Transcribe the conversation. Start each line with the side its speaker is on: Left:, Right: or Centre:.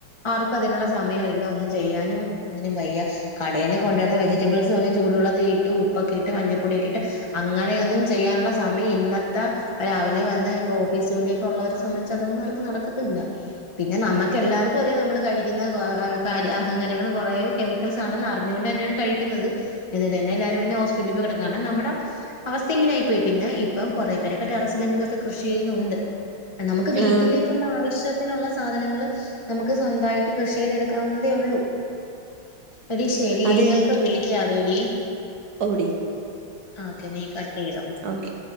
Left: ആർക്കും അതിനുള്ള സമയം ഇല്ല ഒന്നും ചെയ്യാനും ഒന്നിനും വയ്യ കടേന്ന് കൊണ്ടുവരുന്ന വെജറ്റബിൾസ് പോലും ചൂടുവെള്ളത്തി ഇട്ട് ഉപ്പൊക്കെ ഇട്ട് മഞ്ഞപ്പൊടിയോക്കെ ഇട്ട് അങ്ങനെയൊന്നും ചെയ്യാനുള്ള സമയം ഇന്നത്തെ പ്പ രാവിലെ വന്ന് ഇപ്പൊ ഓഫീസ് ജോലിയൊക്കെ ഉള്ളവരെ സംബന്ധിച്ച് അതൊന്നും അവർക്ക് നടക്കത്തില്ല. പിന്നെ നമ്മുക്ക് എല്ലാർ ക്കറിയാ നമ്മൾ കഴിക്കുന്ന അഹങ്കാരികൾ കുറേ കെമിക്കൽസ് ആണെന്ന് അറിഞ്ഞുകൊണ്ട് തന്നെയാണ് കഴിക്കുന്നത്. എന്നിട്ടന്ന എല്ലാരും പിന്നെ ഹോസ്പിറ്റിൽ പോയി കിടക്കണം നമ്മുടെ അവസ്ഥ ഇങ്ങനൊയി പോയി പിന്നെ ഇപ്പം കുറേ പേരൊക്കെ ടെറസിലെങ്കിലുമൊക്കെ കൃഷി ചെയ്യുന്നുണ്ട്. നമുക്ക് വീട്ടിലേക്കുള്ള
Right: ആ
Left: ആവശ്യത്തിനുള്ള സാധനങ്ങള് നമുക്ക് സ്വന്തമായിട്ട് കൃഷി ചെയ്തെടുക്കാവുന്നതേ ഉള്ളൂ എടി ശെരിയേ
Right: അതേടി
Left: ഞാനിപ്പ വിളിക്കാവേടി.
Right: ഓടി.
Left: ആഹ് ഓക്കെ നീ കട്ട് ചെയ്തോ.
Right: ഓക്കെ.